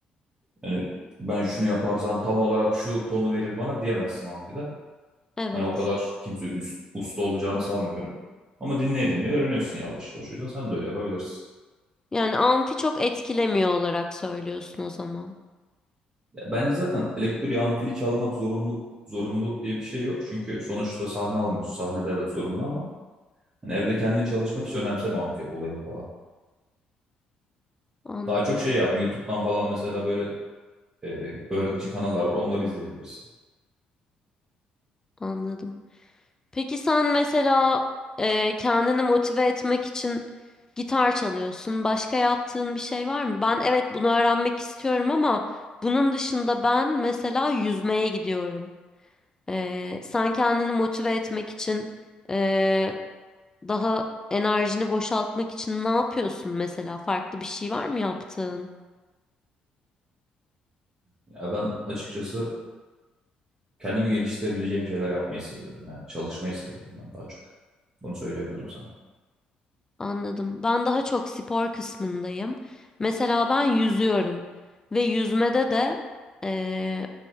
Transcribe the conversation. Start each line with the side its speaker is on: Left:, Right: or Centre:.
Right: hani ben şunu yaparsam tam olarak şu tonu verir bana diyemezsin amfide.
Left: Evet.
Right: Hani o kadar kimse üst, usta olacağını sanmıyorum. Ama dinleye dinleye öğreniyorsun yavaş yavaş. O yüzden sen de öyle yapabilirsin.
Left: Yani amfi çok etkilemiyor olarak söylüyorsun o zaman.
Right: Ya bence zaten elektriği amfili çalmak zorunluluk, zorunluluk diye bir şey yok. Çünkü sonuçta sahne almıyorsun. Sahnede evet zorunlu ama hani evde kendin çalışmak hiç önemseme amfi olayını falan.
Left: Anladım,
Right: Daha çok şey yap. YouTube'dan falan mesela böyle e, öğretici kanallar var. Onları izleyebilirsin.
Left: anladım. Peki sen mesela e, kendini motive etmek için gitar çalıyorsun. Başka yaptığın bir şey var mı? Ben evet bunu öğrenmek istiyorum ama bunun dışında ben mesela yüzmeye gidiyorum. E, sen kendini motive etmek için e, daha enerjini boşaltmak için ne yapıyorsun mesela? Farklı bir şey var mı yaptığın?
Right: Ya ben açıkçası Kendimi geliştirebileceğim şeyler yapmayı seviyorum. Yani çalışmayı seviyorum ben daha çok. Bunu söyleyebilirim sana.
Left: Anladım. Ben daha çok spor kısmındayım. Mesela ben yüzüyorum ve yüzmede de eee,